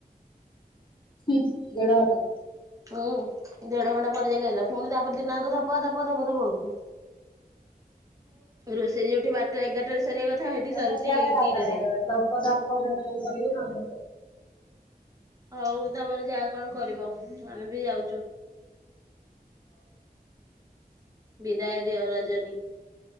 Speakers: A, on the left (about 30°); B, on the right (about 20°).
A: ହୁଁ ଦେଢ଼ ଘଣ୍ଟା।
B: ଉୁଁ ଦେଢ ଘଣ୍ଟା ପରେଯାକି ଆଇଲା ପୁଣି ତାପରେ ଦିନାଆଙ୍କ ଧପ ଧପ ଧପ ଧପ ହଉଛି। ରୋଷେଇ ଯୋଉଠି ବାରଟା ଏଗାରଟାରେ ସରିବା କଥା ସେଠି
A: ତମେ
B: ସରୁଛି
A: ଯା
B: ଦିଟାରେ।
A: <unintelligible>
B: ହଉ ତମର ଯା କଣ କରିବ ଆମେ ବି ଯାଉଛୁ। ବିଦାୟ ଦିଅ Rajani.